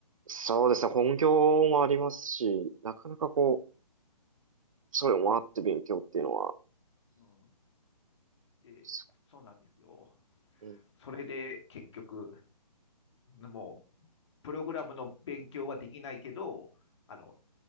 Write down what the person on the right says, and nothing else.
そうですね、本業もありますし、なかなかこう、それもあって勉強っていうのは、
す
ごいね。